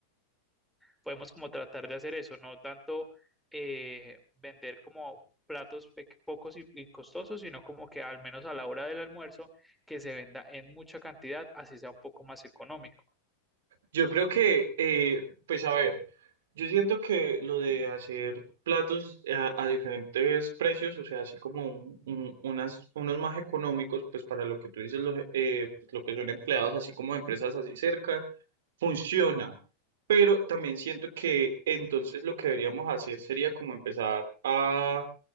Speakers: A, in the centre; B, on the right (about 60°).
A: podemos como tratar de hacer eso, no tanto eh, vender como platos pe- pocos y, y costosos, sino como que al menos a la hora del almuerzo que se venda en mucha cantidad, así sea un poco más económico.
B: Yo creo que, eh, pues a ver, yo siento que lo de hacer platos a, a diferentes precios, o sea, así como un- un- unas, unos más económicos, pues para lo que tú dices, lo, eh, pues, lo que son empleados, así como empresas así cerca, funciona. Pero también siento que entonces lo que deberíamos hacer sería como empezar a,